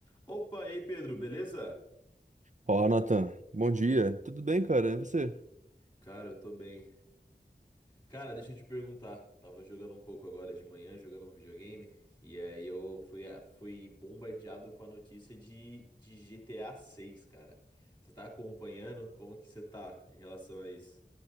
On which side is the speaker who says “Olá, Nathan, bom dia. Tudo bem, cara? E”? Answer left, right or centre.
Right